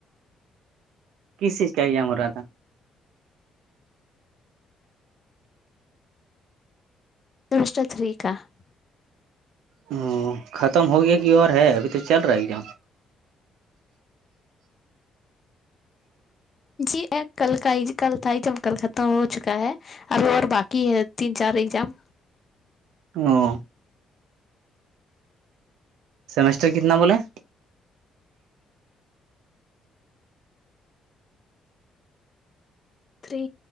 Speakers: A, on the right (about 85°); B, on the left (about 40°).
A: کس چیز کاام ہو رہا تھا
B: دش افرییکہ <unintelligible>
A: ہ ختم ہو گیا کی اور ہے ابھی تو چل رہا ہے ایگزام
B: جی ایک کل کا ہی کل تھا ہی جب کل ختم ہو چکا ہے اب اور باقی کہ ہے تین چار ایگزام
A: ہ <unintelligible> <unintelligible> سمیسٹر کتنا بولیں
B: تھری